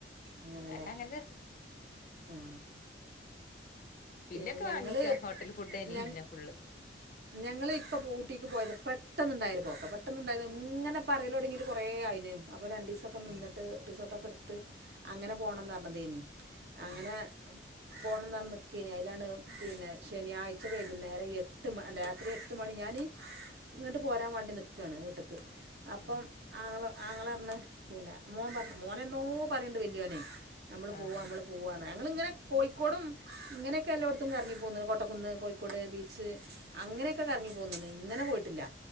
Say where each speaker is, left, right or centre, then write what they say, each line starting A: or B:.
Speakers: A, on the right; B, on the left.
A: അങ്ങനെല്ലേ
B: ഓക്കേ അങ്ങനെ രസം
A: ആ
B: പിന്നൊക്കെ
A: പിന്നെ ഞങ്ങള്
B: വാങ്ങിക്ക ഹോട്ടൽ ഫുഡേനി
A: ഞ
B: പിന്നെ ഫുള്ള്
A: ഞങ്ങള് ഇപ്പ ഊട്ടിക്ക് പോയത് പെട്ടെന്നുണ്ടായിരുന്നു പോക്ക പെട്ടുണ്ടായിരുന്നു ഇങ്ങനെ പറയില്ലോടങ്ങിട്ട് കുറേ ആയിന് അപ്പോ രണ്ട് ദിവസ ഒക്ക നിന്നട്ട്
B: ഉം
A: റിസോട്ട്ക്കെ ഇ ത്ത് അങ്ങനെ പോണന്ന് പറഞ്ഞത്തെന്നേയി അങ്ങനെ
B: ഉം
A: പോണ അതിലാണ് പിന്നെ ശനിയാഴ്ച വൈകുന്നേരം എട്ട് മ രാത്രി എട്ട് മണി ഞാന് ഇങ്ങോട്ട് പോരാൻ വേണ്ടി നിൽകയാണ് വീട്ടക്ക് അപ്പം
B: ഉം
A: ആങ്ങള ആങ്ങള പിന്നെ മോൻ പറഞ്ഞ മോന എന്നോ പറയണ്ട് വല്യോനെ നമ്മള്
B: ആഹ്
A: പോവാ നമ്മള് പോവാണ് ഞങ്ങിങ്ങനെ കോഴിക്കോടും ഇങ്ങനെയൊക്കെ എല്ലായിടത്തും കറങ്ങിപ്പോകുന്നുണ്ട് കൊട്ടക്കുന്ന് കോഴിക്കോട് ബീച്ച് അങ്ങനെയൊക്കെ കറങ്ങിപ്പോന്നുന്ന് ഇങ്ങനെ പോയിട്ടില്ല